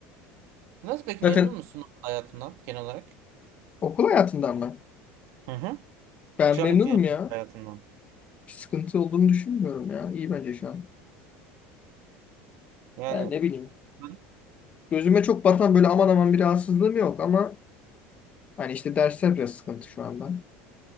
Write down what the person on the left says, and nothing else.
Zaten
okul hayatından mı?
Ben
memnunum
ya.
Bir sıkıntı olduğunu düşünmüyorum ya. İyi bence şu an.
Yani ne bileyim.
Gözüme çok batan böyle aman aman bir rahatsızlığım yok ama hani işte dersler biraz sıkıntı şu anda.